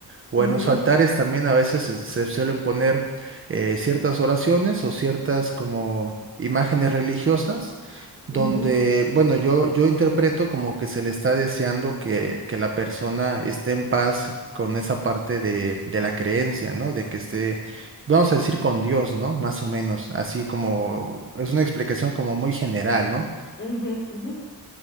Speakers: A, on the right; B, on the left.
A: O
B: ujú,
A: en los altares también a veces se, se suelen poner eh, ciertas oraciones o ciertas como imágenes religiosas donde,
B: ujú,
A: bueno, yo, yo interpreto como que se le está deseando que, que la persona esté en paz con esa parte de, de la creencia, ¿no? De que esté, vamos a decir, con Dios, ¿no? Más o menos, así como, es una explicación como muy general, ¿no?
B: ujú, ujú,